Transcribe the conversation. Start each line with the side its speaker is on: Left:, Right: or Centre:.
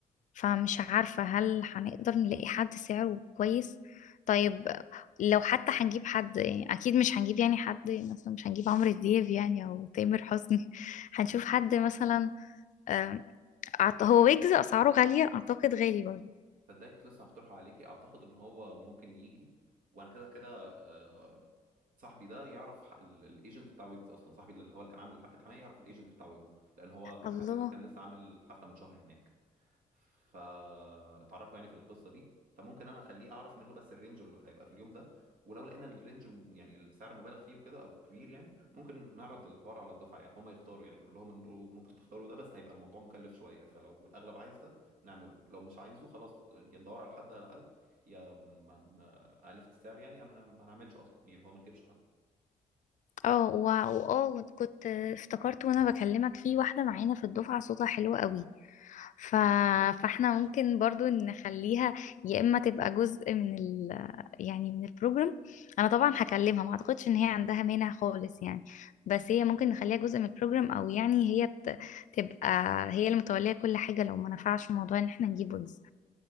Left: فمش عارفة هل هنقدر نلاقي حد سعره كويس طيب لو حتى هنجيب حد يعني أكيد مش هنجيب يعني حد مثلا مش هنجيب عمرو دياب يعني أو تامر حسني <laughs> هنشوف حد مثلا آم، أعت- هو ويجز أسعاره غالية أعتقد غالي برضه
Right: تصدقي كنت لسه هقترحه عليكي اعتقد ان هو ممكن يجي وانا كده كده آه، صاحبي ده يعرف ح- ال- الايجنت بتاع ويجز اصلا صاحبي اللي هو اللي كان عامل حفله حماية يعرف الايجنت بتاع ويجز لان هو ك-
Left: الله
Right: ويجز كان لسه عامل حفله من شهر هناك فاتعرفوا يعني في القصه دي فممكن انا اخليه اعرف منه بس الرينج اللي هيبقى في اليوم ده ولو لقينا ان الرينج م- يعني السعر مبالغ فيه وكده او كبير يعني ممكن نعرض الحوار على الدفعه يعني هم يختاروا يعني نقول لهم انه ممكن تختاروا ده بس هيبقى الموضوع مكلف شويه فلو الاغلب عايز ده نعمله لو مش عايزه خلاص يا ندور على حد اقل يا ما ن- اقل في السعر يعني يا ما ن- ما نعملش اصلا يعني اللي هو ما نجيبش حد
Left: اه وع- واه كنت افتكرت وانا بكلمك في واحده معانا في الدفعه صوتها حلو قوي ف... فاحنا ممكن برضو نخليها يا اما تبقى جزء من ال... يعني من البروجرام انا طبعا هكلمها ما اعتقدش ان هي عندها مانع خالص يعني بس هي ممكن نخليها جزء من البروجرام او يعني هي ت... تبقى هي اللي متوليه كل حاجه لو ما نفعش موضوع ان احنا نجيب ويجز